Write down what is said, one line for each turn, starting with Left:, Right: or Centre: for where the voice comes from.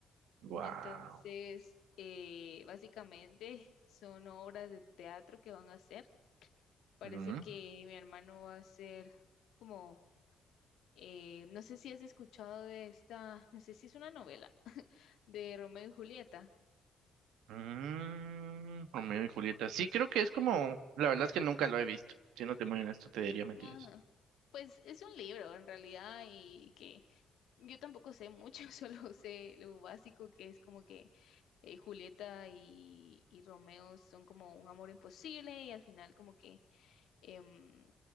Right: Wow.
Left: Entonces, eh, básicamente son obras de teatro que van a hacer. Parece
Right: Ujú.
Left: que mi hermano va a hacer como, eh, no sé si has escuchado de esta, no sé si es una novela de Romeo y Julieta.
Right: Mm, Romeo y Julieta. Sí, creo que es como, la verdad es que nunca lo he visto. Si no te muy honesto, te diría mentiras.
Left: Ajá. Pues es un libro en realidad y que Yo tampoco sé mucho, <laughs> solo sé lo básico que es como que eh, Julieta y, y Romeo son como un amor imposible y al final como que em,